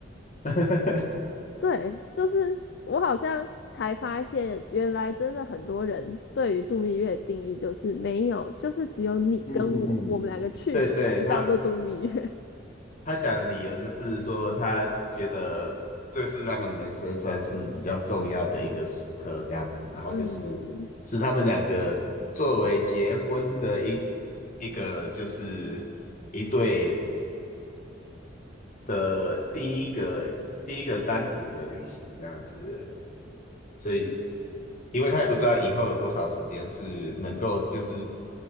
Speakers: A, on the left; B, on the left.
A: <laughs>
B: 对，就是我好像才发现，原来真的很多人对于度蜜月的定义就是没有，就是只有你跟我，
A: 嗯嗯嗯，
B: 我们两个去的才叫做度蜜月。
A: 对对，他他讲的理由就是说，他觉得这是他们人生算是比较重要的一个时刻，这样子。然后就是是他们两个作为结婚的一一个就是一对
B: <laughs> 嗯
A: 的第一个第一个单独的旅行这样子。所以，因为他也不知道以后有多少时间是能够就是